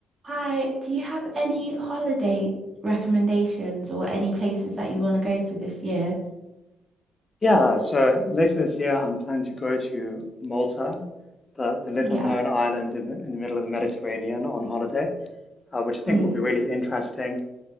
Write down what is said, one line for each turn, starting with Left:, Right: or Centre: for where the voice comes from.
Right: Hi, do you have any holiday recommendations or any places that you want to go to this year?
Left: Yeah, so later this year, I'm planning to go to Malta, the, the little
Right: Yeah.
Left: known island in the, in the middle of the Mediterranean on holiday, uh, which I think
Right: Mm.
Left: will be really interesting.